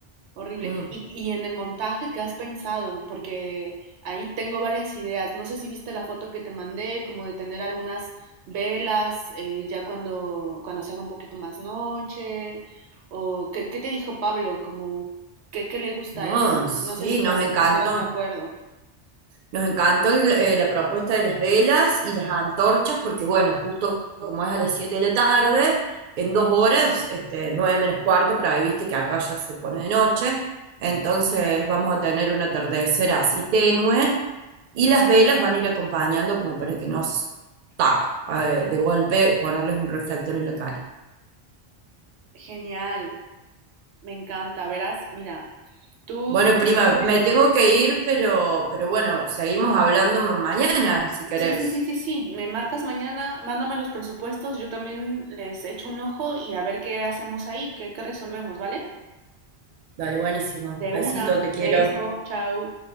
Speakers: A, on the right; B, on the right.
A: Horrible.
B: Mm,
A: Y, y en el montaje, ¿qué has pensado? Porque ahí tengo varias ideas. No sé si viste la foto que te mandé, como de tener algunas velas, eh, ya cuando, cuando se haga un poquito más noche. O ¿qué, qué te dijo Pablo? Como, ¿qué, qué le gusta
B: No,
A: a él ahí?
B: sí,
A: No sé si
B: nos
A: ya se
B: encantó.
A: pusieron de acuerdo.
B: Nos encantó el- eh, la propuesta de las velas y las antorchas, porque bueno, justo como es a las 7 de la tarde, en dos horas, este, nueve menos cuarto, pero ahí viste que acá ya se pone de noche, entonces vamos a tener un atardecer así tenue y las velas van a ir acompañando como para que nos, tac, eh, de golpe ponerles un reflector en la cara.
A: Genial, me encanta. Verás, mira, tú
B: Bueno, prima,
A: resuelve.
B: me tengo que ir, pero, pero bueno, seguimos hablando ma- mañana, si querés.
A: Sí, sí, sí, sí, sí. Me marcas mañana, mándame los presupuestos, yo también les echo un ojo y a ver qué hacemos ahí, qué, qué resolvemos, ¿vale?
B: Dale, buenísimo.
A: De
B: Besito,
A: una,
B: te quiero.
A: beso, chao.